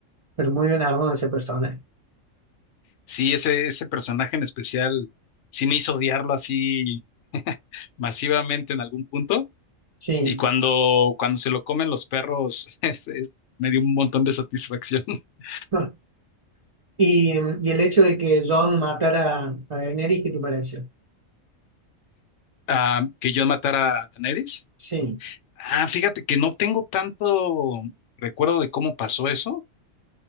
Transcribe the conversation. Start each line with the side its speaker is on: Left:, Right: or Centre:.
Right: pero muy bien armado ese personaje.
Left: Sí, ese, ese personaje en especial sí me hizo odiarlo así <laughs> masivamente en algún punto.
Right: Sí.
Left: Y cuando, cuando se lo comen los perros, <laughs> es- es- me dio un montón de satisfacción. <laughs>
Right: <laughs> Y, y el hecho de que Jon matara a Daenerys, ¿qué te pareció?
Left: Ah, que yo matara a Daenerys.
Right: Sí.
Left: Ah, fíjate que no tengo tanto recuerdo de cómo pasó eso.